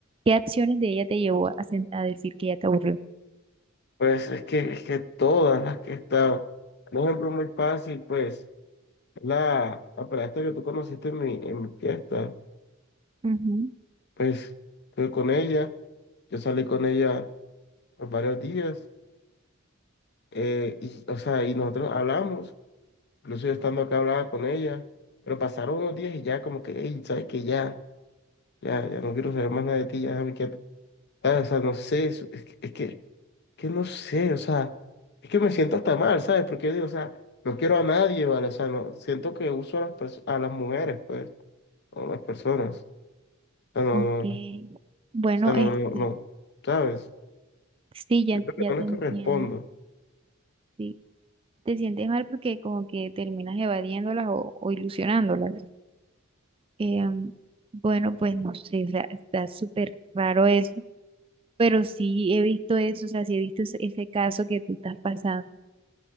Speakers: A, on the right; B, on the left.
A: qué acciones de ella te llevó a, sen- a decir que ya te aburrió?
B: Pues es que, es que todas las que he estado, un ejemplo muy fácil, pues, es la, la pelada que tú conociste en mi, en mi fiesta,
A: Ujú,
B: pues, estuve con ella, yo salí con ella por varios días, eh, y, o sea, y nosotros hablamos. Incluso yo estando acá hablaba con ella, pero pasaron unos días y ya como que, hey, ¿sabes que Ya, ya, ya no quiero saber más nada de ti, ya déjame quieto. ¿Sabes? O sea, no sé, eso- es que, es que, que no sé, o sea, es que me siento hasta mal, ¿sabes? Porque yo digo, o sea, no quiero a nadie, ¿vale? O sea, no, siento que uso a las perso- a las mujeres, pues, o a las personas. O sea, no,
A: ok.
B: no, no,
A: Bueno,
B: o sea, no,
A: este,
B: no, no, ¿sabes?
A: sí, ya,
B: Siento que
A: ya
B: no
A: te
B: les
A: entiendo.
B: correspondo,
A: Sí, te sientes mal porque como que terminas evadiéndolas o, o ilusionándolas. Em, bueno, pues no sé, o sea, está súper raro eso pero sí he visto eso, o sea, sí he visto ese, ese caso que tú estás pasando,